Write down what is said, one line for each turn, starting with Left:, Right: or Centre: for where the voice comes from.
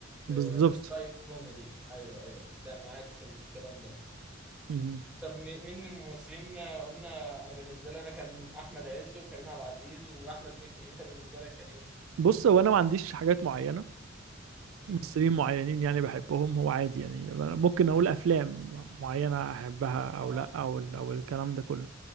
Centre: ب-
Right: بالظبط
Centre: بستايل كوميدي ايوه ايوه لا معاك في الكلام ده
Right: مم.
Centre: طب م- مين من الممثلين قلنا انا بالنسبه لي انا كان احمد عز وكريم عبد العزيز واحمد مكي انت بالنسبه لك كان ايه
Right: بص هو انا ما عنديش حاجات معينة
Centre: امم
Right: ممثلين معينين يعني بحبهم هو عادي يعني أنا ممكن اقول افلام معينة احبها او
Centre: اه
Right: لا او ال- او الكلام ده كله